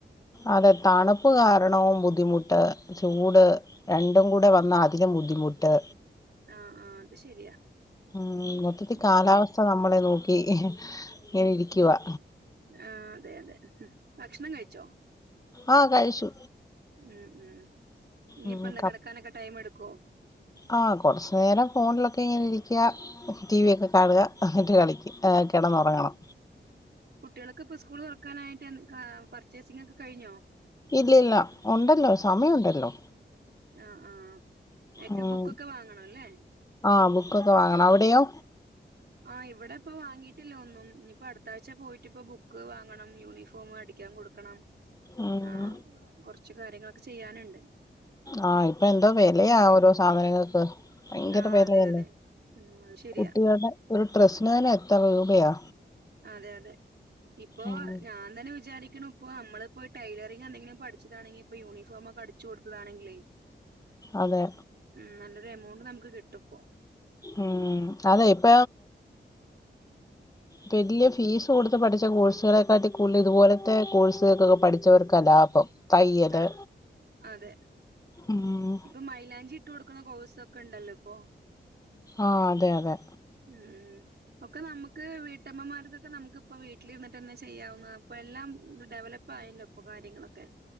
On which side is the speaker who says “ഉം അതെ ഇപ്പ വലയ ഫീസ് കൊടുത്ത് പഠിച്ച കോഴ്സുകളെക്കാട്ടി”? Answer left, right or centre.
Left